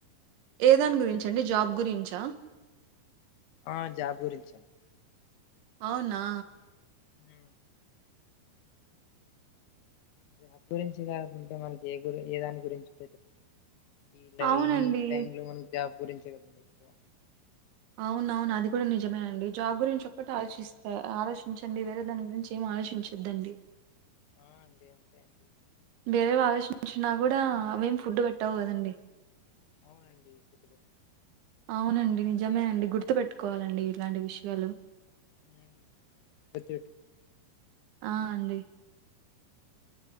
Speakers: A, on the right (about 80°); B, on the left (about 80°).
A: ఏదాని గురించండి జాబ్ గురించా
B: ఆ జాబ్ గురించండి
A: అవునా
B: ఉ జాబ్ గురించి కాకుంటే మనకి ఏ గురి ఏ దాని గురించింటే చెప్ండి ఇలా
A: అవునండి.
B: ఈ టైమ్ లో మనకి జాబ్ గురించి కదండి ఎక్కువ
A: అవున అవును అది కూడా నిజమే అండి జాబ్ గురించి ఒక్కటి ఆలోచిస్తే ఆలోచించండి వేరే దాని గురించి ఏ ఆలోచించొద్దండి
B: ఆ అండి అంతే అండి
A: వేరే ఆలోచనంచిన కూడా అవేం ఫుడ్ పెట్టావు కదండి
B: అవునండి ఫుడ్ పెట్టు
A: అవునండి నిజమేనండి గుర్తుపెట్టుకోవాలండి ఇలాంటి విషయాలు
B: ఉ ప్రతి
A: ఆ అండి